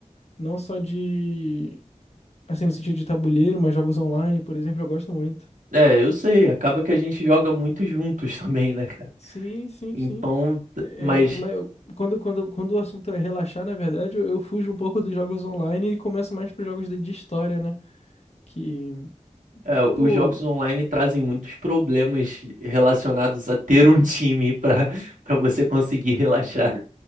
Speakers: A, on the left; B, on the right.
A: Não só de, assim, no sentido de tabuleiro, mas jogos online, por exemplo, eu gosto muito.
B: É, eu sei, acaba que a gente joga muito juntos <laughs> também, né, cara?
A: Sim, sim,
B: Então,
A: sim.
B: t-
A: É,
B: mas
A: mas eu- quando, quando, quando o assunto é relaxar, na verdade, eu, eu fujo um pouco dos jogos online e começo mais para jogos de, de história, né? Que,
B: é, os
A: pô,
B: jogos online trazem muitos problemas relacionados a ter um time <laughs> para para você conseguir relaxar.